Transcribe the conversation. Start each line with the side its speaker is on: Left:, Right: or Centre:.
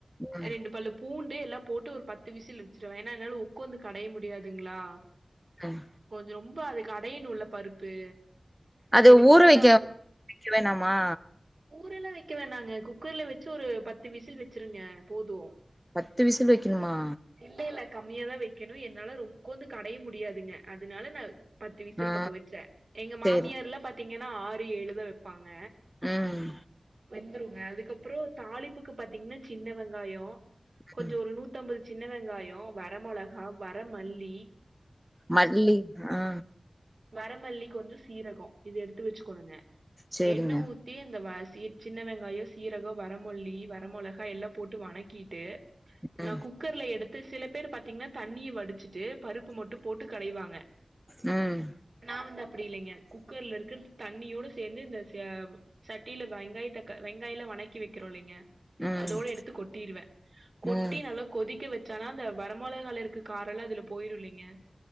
Centre: ம்,
Right: ரெண்டு பள்ளுப் பூண்டு எல்லா போட்டு ஒரு பத்து விசில் வச்சிடுவே ஏனா என்னால் உக்காந்து கடைய முடியாதுங்களா
Centre: ம்.
Right: கொஞ்ச ரொம்ப அதுக்கடையனுல்ல பருப்பு
Centre: அது
Right: எனக்கு
Centre: ஊற
Right: இப்பதா
Centre: வெக்க வெக்க வேணாமா
Right: ஊரல்லா வெக்க வேணாங்க குக்கர்ல வெச்சு ஒரு பத்து விசில் வெச்சிருங்க போது
Centre: பத்து விசில் வெக்கணுமா
Right: இல்ல இல்ல கம்மியாதா வெக்கணு என்னால ரொ ஒக்கோந்து கடைய முடியாதுங்க அதனால நா பத்து விசில்
Centre: ஆ
Right: பக்கோ வச்சே எங்க
Centre: சரி.
Right: மாமியார்ல்லா பாத்தீங்கன்னா ஆறு ஏழுதா வைப்பாங்க
Centre: ம்
Right: வெந்துருங்க அதுக்கப்பறோ தாளிப்புக்கு பாத்தீங்ன்னா சின்ன வெங்காயே கொஞ்சொ
Centre: ம்.
Right: ஒரு நூத்தம்பது சின்ன வெங்காயோ வர மொளகா வரமல்லி
Centre: மல்லி அ
Right: வரமல்லிக்கு கொந்து சீரகம் இது எடுத்து வச்சுக்கோணுங்க
Centre: சரிங்க.
Right: எண்ணெ ஊ தீர்ந்த வாசி சின்ன வெங்காயோ சீரகம் வரமொல்லி வர மொளகா எல்லா போட்டு வணக்கிட்டு
Centre: ம்,
Right: நா குக்கர்ல எடுத்து சில பேர் பாத்தீங்கன்னா தண்ணிய வடிச்சுட்டு பருப்பு மட்டூ போட்டு கடைவாங்க
Centre: ம்
Right: நா வந்து அப்டி இல்லங்க குக்கர்ல இருக்கரது தண்ணியோட சேர்ந்து இந்த ச சட்டில வெங்காய த வெங்காயொலா வணக்கி வெக்கிறோ இல்லங்க
Centre: ம்,
Right: அதோடு எடுத்து கொட்டிர்வே கொட்டி
Centre: ம்,
Right: நல்லா கொதிக்க வச்சோனா அந்த வரமொளகால இருக்க காரல்லா அதுல போயிருமில்லங்க